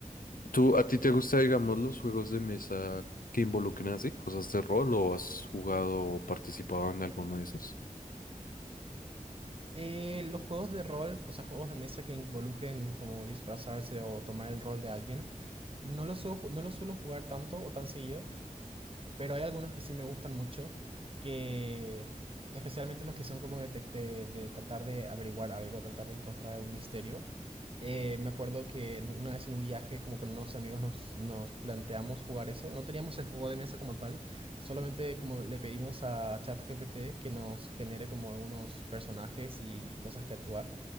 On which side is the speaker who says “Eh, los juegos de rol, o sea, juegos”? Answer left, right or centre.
Right